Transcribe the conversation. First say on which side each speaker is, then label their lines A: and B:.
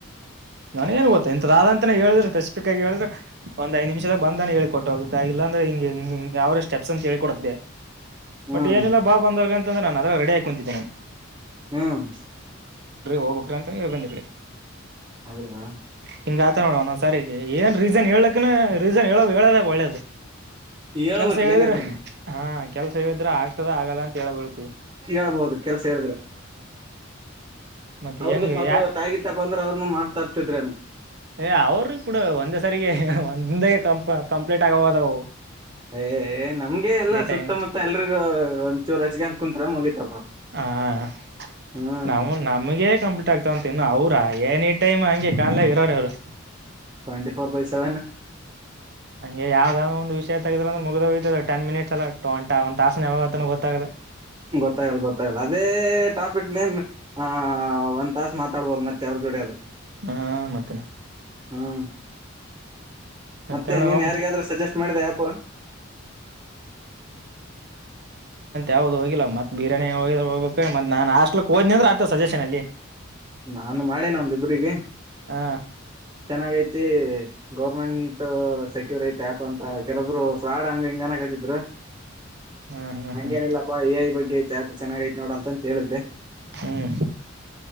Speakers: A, on the right (about 55°); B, on the right (about 20°).
A: ನಾನೇಏನ್ ಗೊತ್ತ ಎಂತದ ಅಂತೇ ಹೇಳಿದ್ರೆ ಸ್ಸಿಕ್ ಆಗ ಹೇಳ್ರೆ ಒಂದ್ ಐ್ಮ ನಿಮಿಷಾಗ ಬಂದಾನ ಹೇಳಿ ಕೊಟ್ಟೋಗ ಇದಾಗಿಲ್ಲ ದ್ರೆ ಹಿಂಗ ಯಾವ್ರ ಸ್ಟೆಪ್ಸ್ ಅಂತ ಹೇಳಿ ಕೊಡ್ದೆ
B: ಹ್ಮ್
A: ಬಟ್ ಏನಿಲ್ಲ ಬಾ ಬಂದಾಗ ಅಂತ್ರೆ ನಾನ ಅದ್ರೆ ರೆಡಿ ಹಾಕೊಂತಿದ್ದಿ ನಾನು
B: ಹ್ಮ್
A: ಹೋಗ್ಬೇಕಕ್ ಅಂತ ಹೇಳಿ ಬಂದ್ ಈ ಕಡೆ
B: ಹೌದಾ
A: ಹಿಂಗ ಆತ ನೋಡುವಣ ನ ಸರಿ ಏನ್ ರೀಸನ್ ಹೇಳಕನ ರೀಸನ್ ಹೇಳ ಹೇಳದ ಒಳ್ಳೇದು
B: ಹೇಳ್ಬೇಕ್
A: ಕೆಲ್ಸ ಹೇಳಿದ್ರೆ
B: ಏನಿದ್ರ
A: ಹಾ ಕೆಲ್ಸ ಹೇಳಿದ್ರೆ ಆಗ್ತದ ಆಗಲ್ಲ ಅಂತ ಹೇಳ್ತಿವಿ
B: ಹೇಳ್ಬಹದು ಕೆಲಸ ಹೇಳಿದ್ರೆ
A: ಮತ್ತೆ
B: ಅವ್ರ್ಪಾಪ
A: ಹೆಂಗ ಯ
B: ಇವತ್ತುಗತ್ತಪ್ಪ ಅಂದ್ರ ಅವ್ರನು ಮಾಡ್ತಾಡ್ತಿದ್ರೇನು
A: ಏ ಅವ್ರ ಕೂಡ ಒಂದೇ ಸಾರಿಗೆ ಒಂದೇ ಕಂಪ್ ಕಂಪ್ಲೀಟ್ ಆಗದವು
B: ಏ ನಮ್ಗೆ ಎಲ್ಲಾ ಸುತ್ತಮುತ್ತ
A: ಟೈಮ್
B: ಎಲ್ರಿಗೂ ಒಂಚೂರು ಹಚ್ಚಿಕೊಂಡು ಕುತರ ಮುಗಿತಪ್ಪ
A: ಹ
B: ಹ್ಮ್
A: ನವುನಮಗೆ ಕಂಪ್ಲೀಟ್ ಆಗ್ತಾವಂತ ನು ಅವವು ಏನಿ ಟೈಮ್ ಹಂಗೆ ಕಾಣಲ ಇರೋರ ಅವರು
B: ಟ್ವೆಂಟಿ ಫೋರ್ ಬೈ ಸೆವೆನ್
A: ಹಂಗೆ ಯಾವ್ದದಾದ ಒಂದು ವಿಷಯ ತಗ್ರಂದ್ರೆ ಮುಗ್ದಹೋಯ್ತು ಟೆನ್ ಮಿನಿಟ್ಸ್ ಎಲ್ಲ ಒಂಟ ಒಂದ್ ತಾಸನ ಯಾವಾಗ ಗೊತ್ತಾಗದೆ
B: ಗೊತ್ತಾಗಲ್ಲ ಗೊತ್ತಾಗಲ್ಲ ಅದೇ ಟಾಪಿಕ್ ನೇಮ್ ಹ ಒಂದ್ ತಾಸ ಮಾತಾಡ್ಬೋದು ಮತ್ತೆ ಅವ್ರರು ಜೋಡಿ ಆದ್ರರು
A: ಹಾ ಮತ್ತೇನೆ
B: ಹ್ಮ್
A: ಮತ್ತೇನ
B: ಮತ್ತೆ ನೀನ್ ಯಾರಿಗಾದ್ರೂ ಸಜೆಸ್ಟ್ ಮಾಡಿದೆ ಯಾಪ್
A: ಯಾವ್ದ್ ಹೋಗಿಲ್ಲ ಮತ್ ಬಿರ್ಯಾನಿ ಹ ಹೋಗಕ್ ಮತ್ ನಾನ್ ಹಸ್ಟಲ ಹೋದ್ನ ಅಂದ್ರೆ ಆತ ಸಜೆಷನ್ ಅಲ್ಲಿ
B: ನಾನು ಮಾಡೇನ ಒಂದಿಬ್ಬ್ರರಿಗೆ
A: ಹ
B: ಚೆನ್ನಾಗ ಐಟಿ ಗೌರ್ಮೆಂಟ್ ಸೆಕ್ಯೂರ್ ಐತೆ ಆಪ್ ಅಂತ ಕೆಲೊಬ್ರು ಫ್ರಾಡ್ ಹಂಗ ಹಿಂಗ ಜನಕತಿದ್ರು
A: ಹ್ಮ್
B: ಹಂಗೇಏನಿಲ್ಲಪ್ಪಾ
A: ಹ್ಮ್
B: ಎ ಐ ಬಗ್ಗೆ ಐತೆ ಅ ಚೆಗ ಐತ್ ನೋಡ ಅಂತಂತ ಹೇಳಿದ್ದೆ
A: ಹ್ಮ್